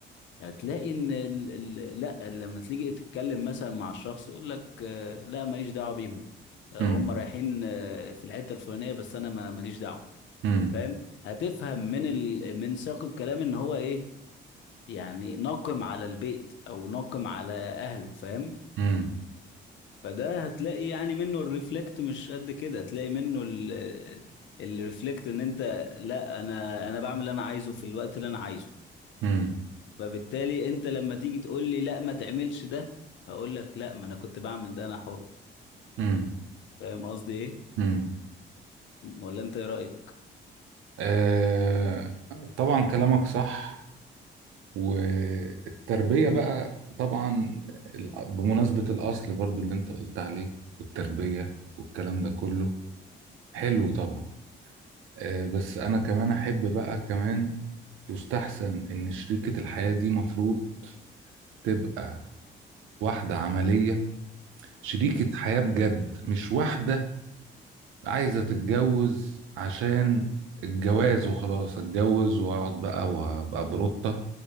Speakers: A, on the left (about 70°); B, on the right (about 85°).
A: هتلاقي ان ال ال لا لما تيجي تتكلم مثلا مع الشخص يقول لك آه، لا ماليش دعوه بيهم آه،
B: امم
A: هم رايحين آه، في الحته الفلانيه بس انا ما- ماليش دعوه
B: امم
A: فاهم هتفهم من ال من سياق الكلام ان هو ايه يعني ناقم على البيت او ناقم على اهله فاهم
B: امم
A: فده هتلاقي يعني منه الريفلكت مش قد كده هتلاقي منه ال- الريفلكت ان انت لا انا انا بعمل اللي انا عايزه في الوقت اللي انا عايزه
B: امم
A: فبالتالي انت لما تيجي تقول لي لا ما تعملش ده هقول لك لا ما انا كنت بعمل ده انا حر
B: امم
A: فاهم قصدي ايه
B: امم
A: ولا انت ايه رايك
B: آه، طبعا كلامك صح والتربية بقى طبعا ال- بمناسبة الأصل برضو اللي أنت قلت عليه والتربية والكلام ده كله حلو طبعا آه، بس أنا كمان أحب بقى كمان يستحسن إن شريكة الحياة دي مفروض تبقى واحدة عملية شريكة
A: امم
B: حياة بجد مش واحدة عايزة تتجوز عشان الجواز وخلاص أتجوز وأقعد بقى وأبقى بروتة